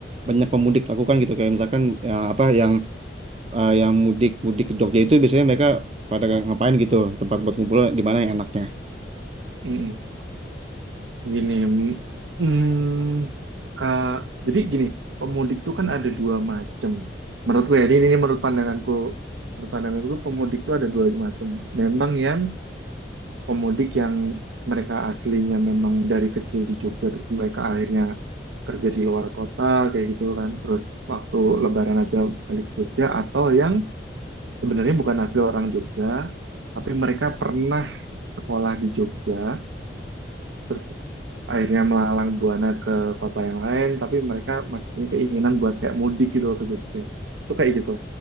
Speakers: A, on the right; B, on the right.
A: banyak pemudik lakukan gitu kayak misalkan ya, apa yang eh, yang mudik mudik ke Jogja itu biasanya mereka pada ngapain gitu tempat buat ngumpul di mana yang enaknya?
B: mm. Gini, mm, Kak, jadi gini, pemudik tuh kan ada dua macam. Menurutku ya, ini, ini menurut pandanganku. Menurut pandanganku pemudik tuh ada dua macam. Memang yang pemudik yang mereka aslinya memang dari kecil di Jogja, terus mereka akhirnya kerja di luar kota, kayak gitu kan. Terus waktu Lebaran aja balik ke Jogja, atau yang sebenarnya bukan asli orang Jogja, tapi mereka pernah sekolah di Jogja, terus akhirnya melalang buana ke kota yang lain tapi mereka masih punya keinginan buat kayak mudik gitu loh ke Jogja itu kayak gitu